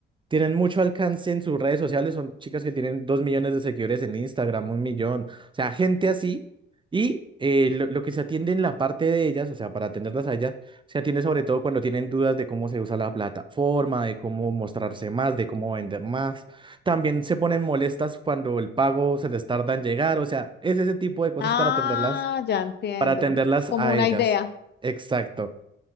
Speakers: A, on the right; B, on the left.
A: tienen mucho alcance en sus redes sociales, son chicas que tienen dos millones de seguidores en Instagram, un millón, o sea, gente así. Y eh, lo, lo que se atiende en la parte de ellas, o sea, para atenderlas a ellas, se atiende sobre todo cuando tienen dudas de cómo se usa la plataforma, de cómo mostrarse más, de cómo vender más. También se ponen molestas cuando el pago se les tarda en llegar, o sea, es ese tipo de cosas
B: ah,
A: para atenderlas,
B: ya entiendo.
A: para atenderlas
B: Como
A: a
B: una
A: ellas.
B: idea.
A: Exacto,